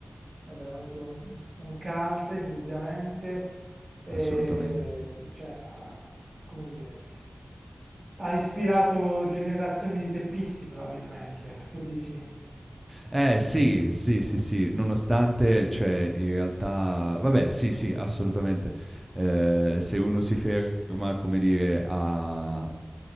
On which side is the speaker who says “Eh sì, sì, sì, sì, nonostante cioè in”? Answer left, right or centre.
Right